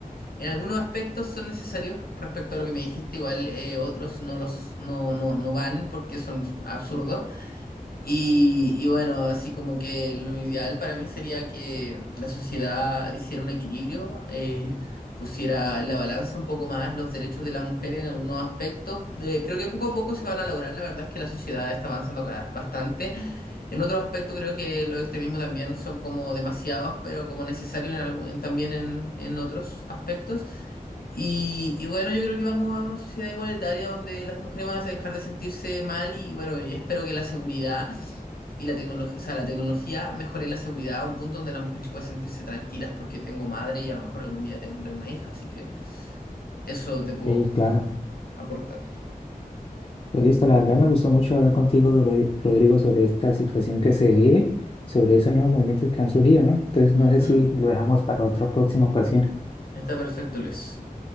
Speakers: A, on the left (about 90°); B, on the left (about 35°).
A: en algunos aspectos son necesarios respecto a lo que me dijiste, igual eh, otros no los no, no, no van porque son absurdos. Y, y bueno, así como que lo ideal para mí sería que la sociedad hiciera un equilibrio, eh, pusiera en la balanza un poco más los derechos de las mujeres en algunos aspectos. De- creo que poco a poco se van a lograr, la verdad es que la sociedad está avanzando ca- bastante. En otros aspectos creo que los extremismos también son como demasiados, pero como necesarios en algún- en- también en en otros aspectos. Y, y bueno, yo creo que vamos a una sociedad igualitaria donde las mujeres van a dejar de sentirse mal y bueno, y espero que la seguridad y la tecnología, o sea, la tecnología mejore la seguridad a un punto donde las mujeres puedan sentirse tranquilas porque tengo madre y a lo mejor algún día tendré una hija, así que eso te puedo
B: Sí, claro.
A: aportar.
B: Pues listo, la verdad me gustó mucho hablar contigo, Rod- Rodrigo, sobre esta situación que se ve sobre esos nuevos movimientos que han surgido, ¿no? Entonces, no
A: Ujú.
B: sé si lo dejamos para otra próxima ocasión.
A: Está perfecto, Luis.